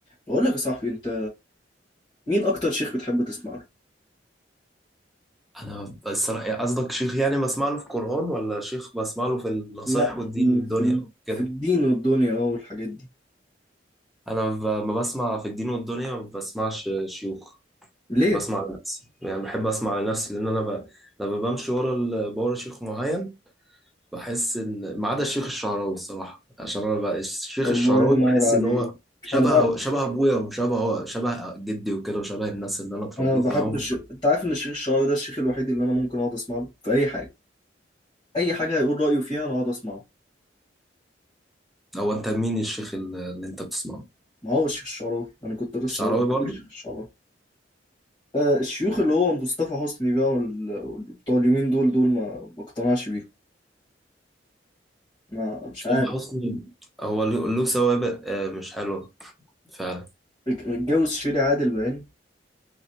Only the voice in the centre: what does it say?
انا بس قصدك شيخ يعني بسمع له في القرآن ولا شيخ بسمع له في النصايح
والدين
والدنيا
وكده
انا ب- ما بسمع في الدين والدنيا ما بسمعش شيوخ
بسمع لنفسي يعني بحب اسمع لنفسي لان انا ب... لما بمشي ورا ال... ورا شيخ معين بحس ان ما عدا الشيخ الشعراوي الصراحة عشان انا بقى الشيخ
الشعراوي
بحس
ان هو شبه
شبه ابويا وشبه شبه جدي وكده وشبه الناس اللي انا اتربيت
معاهم
هو انت مين الشيخ اللي اللي انت بتسمعه
الشعراوي
برضه
حسام
حسني هو له له سوابق آه، مش حلوة فعلا